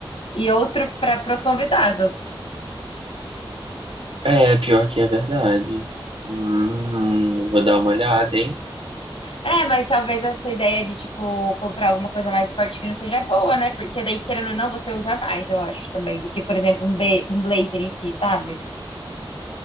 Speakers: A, on the left; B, on the right.
A: e outro para pros convidados.
B: É, pior que é verdade. Hum, vou dar uma olhada, hein?
A: É, mas talvez essa ideia de, tipo, comprar alguma coisa mais de esporte fino seja boa, né? Porque daí, querendo ou não, você usa mais, eu acho, também, do que, por exemplo, um, be- um blazer em si, sabe?